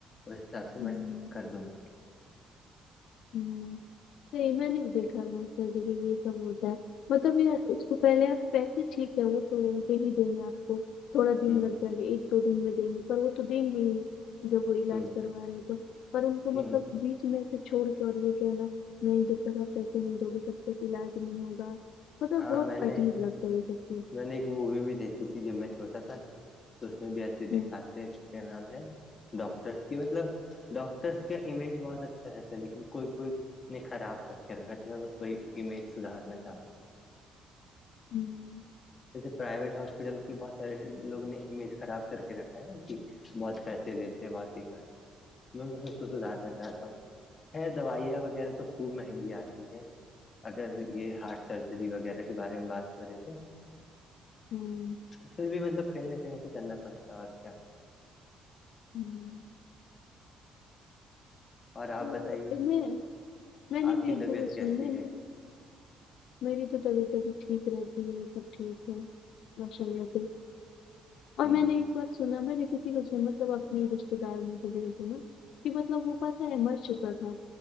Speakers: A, on the left; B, on the left.
A: حساب سے
B: ہوں
A: میں کر دوں گا
B: ہوں تو ا م بھی دیکھا م س ج بھی یہ سبتا مطلب اس کو پہلے آپ پیسے ٹھیک ہےئے تو دے ہی دیں گے آپ کو تھوڑا دن
A: ہ
B: لگ جائے گا ایک دو دن میں دیں گے پر وہ تو دیں گے ہی جب وہ علاج
A: ہ
B: کروا رہے تھے پر ان کو
A: ہ
B: مطلب بیچ میں سے چھوڑ کے اور یہ کہ نا نہیں جب تک آپ پیسے نہیں دو گے تب تک علاج نہیں ہوگا مطلب
A: ہاں
B: بہت
A: میں نے
B: عجیب لگتا ہے یہ سب چیز
A: میں نے ایک مووی بھی دیکھی تھی جب میں چھوٹا تھا نا تو اس میں بھی ایسے
B: وہ
A: دکھاتے ہیں کہ کیا نام ہے ڈاکٹرس کے مطلب ڈاکٹرس کا امیج بہت اچھا رہتا ہے لیکن کوئی کوئی خراب کر کے رکھا تو میں بس وہی امیج سدھارنا چاہتا ہوں
B: ہوں
A: جیسے پرائیویٹ ہاسپٹل کی بہت سارے لوگ نے امیج خراب کر کے رکھا ہے نا کہ بہت پیسے لیتے بہات ہی کرتے میں اس کو سدھارنا چاہتا ہوں ہے دوائیاں وغیرہ تو خوب مہنگی آتی ہے اگر یہ ہارٹ سرج وغیرہ کے بارے میں بات کرے تو
B: ہوں
A: تو پھر بھی مطلب کہیں نہ کہیں سے کرنا پڑتا ہے اور کیا
B: ہوں
A: اور آپ
B: تو
A: بتائیے
B: میں میں نے
A: آپ
B: بھی
A: کی طبیعت
B: س
A: کیسی
B: میں نے
A: ہے
B: میری تو طبیعت ابھی ٹھیک رہتی ہے سب ٹھیک ہے ماشاء اللہ سے اور
A: ہ ہ
B: میں نے ایک بار سنا میں نے کسی کو سن مطلب اپنے رشتے دار میں کسی کو سنا کہ مطلب وہ پتہ ہے مر چکا تھا